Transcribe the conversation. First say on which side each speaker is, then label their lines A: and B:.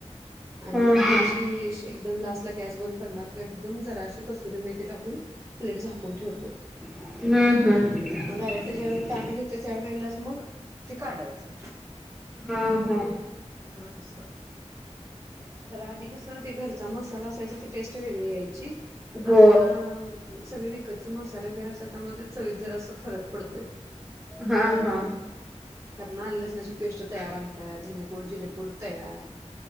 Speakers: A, on the right (about 25°); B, in the centre.
A: आणि
B: हा
A: मग थोडीशी
B: हा
A: एकदम लास्ट ला गॅस बंद करणार तर एकदम जराशी कसुरी मेथी टाकून प्लेट झाकून ठेवतोय.
B: हम्म हम्म.
A: मग डायरेक्ट ज्यावेळी ताट घेतोय त्या वेळेलाच मग ते काढायचं.
B: हा हा.
A: हा अस तर आधी कस ते घरचा मसाला असायचा. ते टेस्ट वेगळी यायची
B: हो
A: आता सगळे विकतचे मसाले वगैरे असात त्यामध्ये चवीत जरासा फरक पडतोय.
B: हा हा.
A: कारण आल लसणाची पेस्ट तयार आणत्यात. धनेपूड जिरेपूड तयार